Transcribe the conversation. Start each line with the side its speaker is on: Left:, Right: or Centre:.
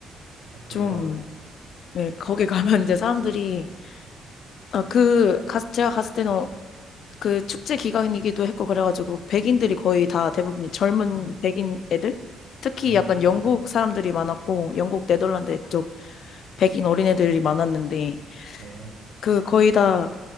Right: 아, 그래요?
Left: 좀 네, 거기 가면 이제 사람들이 아, 그, 가, 제가 갔을 때는 그 축제 기간이기도 했고 그래가지고 백인들이 거의 다 대부분 젊은 백인 애들 특히
Right: 음,
Left: 약간 영국 사람들이 많았고 영국 네덜란드 쪽 백인 어린애들이 많았는데
Right: 네.
Left: 그 거의 다